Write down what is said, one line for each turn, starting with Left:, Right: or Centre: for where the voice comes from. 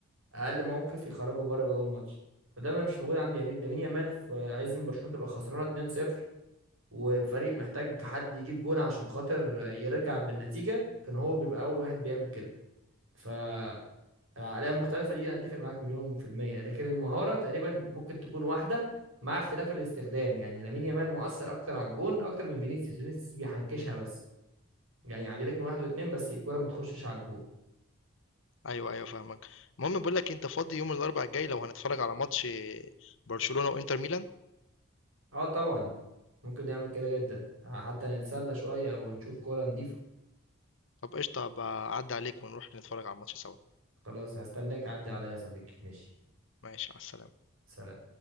Right: اقل موقف يخرجوا بره جوه الماتش فده ما مش موجود عند يمين لامين يامال في- عايز ان برشلونه تبقى خسرانه 2-0 والفريق محتاج حد يجيب جون عشان خاطر يرجع بالنتيجه كان هو بيبقى اول واحد بيعمل كده ف العقليه المختلفه دي انا اتفق معاك مليون في الميه لكن المهاره تقريبا ممكن تكون واحده مع اختلاف الاستخدام يعني لامين يامال مؤثر اكتر على الجون اكتر من فينيسيوس فينيسيوس بيحنكشها بس يعني يعدي لك من واحد واتنين بس الكوره ما تخشش على الجون
Left: ايوه ايوه فاهمك المهم بقول لك انت فاضي يوم الاربعاء الجاي لو هنتفرج على ماتش برشلونه وانتر ميلان
Right: اه طبعا ممكن نعمل كده جدا حتى نتسلى شوية ونشوف كورة نضيفة
Left: طب قشطه هبقى اعدي عليك ونروح نتفرج على الماتش سوا
Right: خلاص هستناك تعدي عليا يا صديقي ماشي
Left: ماشي على السلامه
Right: سلام